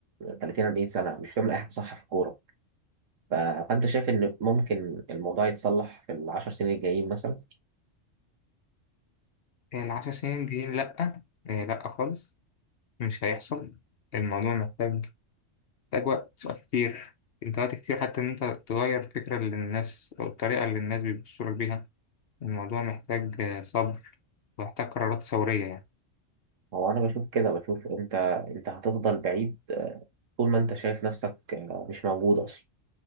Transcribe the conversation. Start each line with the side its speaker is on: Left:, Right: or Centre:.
Right: 30 40 سنه مش بتعمل اي حاجه صح في الكوره ف- فأنت شايف إن ممكن الموضوع يتصلح في العشر سنين الجايين مثلا؟
Left: العشر سنين الجايين لأ إيه، لأ خالص مش هيحصل الموضوع محتاج محتاج وقت وقت كتير أنت وقت كتير حتى إن أنت تغير الفكرة اللي الناس أو الطريقة اللي الناس بيبصوا لك بيها الموضوع محتاج صبر ومحتاج قرارات ثورية يعني.
Right: هو أنا بشوف كده بشوف أنت أنت هتفضل بعيد آه، طول ما أنت شايف نفسك آه، مش موجود أصلا